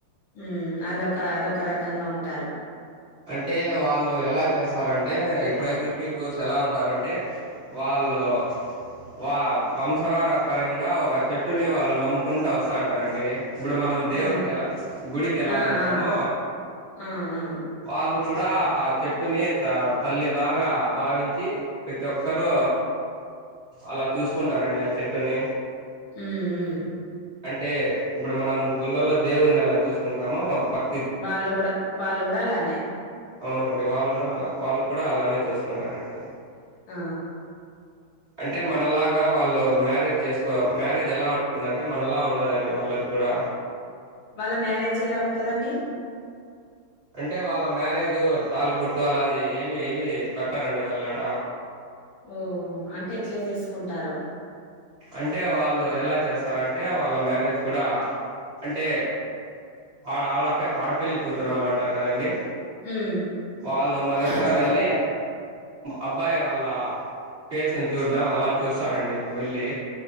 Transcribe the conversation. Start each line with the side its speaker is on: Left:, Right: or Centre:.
Left: ఉం అల్లోక అదొక రకంగా ఉంటారు
Right: అంటే వాళ్ళు ఎలా చేస్తారంటే ట్రైబల్ పీపుల్స్ ఎలా ఉంటారంటే వాళ్ళు ల్లు వా వంశవార పర్యం గా ఒక చెట్టుని వాళ్ళు నమ్ముకుంటా వస్తాంటారండి ఇప్పుడు మనం దేవుడికి
Left: ఓ
Right: ఎలా గుడికి ఎలా
Left: ఆ
Right: వెళ్తామో
Left: ఆ ఆ ఆ
Right: వాళ్ళు కూడా ఆ చెట్టుని త తల్లిలాగా భావించి ప్రతి ఒక్కరు అలా చూసుకుంటారండి ఆ చెట్టుని
Left: ఉం ఉం
Right: అంటే ఇప్పుడు మనం గుళ్లలో దేవుని ఎలా చూసుకుంటామో భక్
Left: వాళ్ళు కూడా వాళ్ళు కూడా అలానే
Right: అవునండి వాళ్ళును వాళ్ళు కూడా అలానే చూసుకుంటారండి
Left: ఆ
Right: అంటే మనలాగా వాళ్ళు మ్యారేజ్ చేసుకో మ్యారేజ్ ఎలా ఉంటుందంటే మనలా ఉండదండి వాళ్ళకి కూడా
Left: వాళ్ళ మ్యారేజ్ ఎలా ఉంటదండి
Right: అంటే వాళ్ళ మ్యారేజు తాలిబోట్టు అలాది ఏమి ఏమి కట్టరండి వాళ్ళు ఆడ
Left: ఓహో అంటే ఎట్లా చేసుకుంటారో
Right: అంటే వాళ్ళు ఎలా చేస్తారంటే వాళ్ళ మ్యారేజ్ కూడా అంటే ఆడ ఆడపి ఆడపేళ్లి కూతురు వాళ్ళు అంటారు కదండి
Left: ఉమ్
Right: వాళ్ళు మొదటిగా
Left: సో మొదటిసారి
Right: వెళ్ళి అబ్బాయి వాళ్ళ ఫేస్ని చూడడం అలా చూస్తారండి వెళ్ళి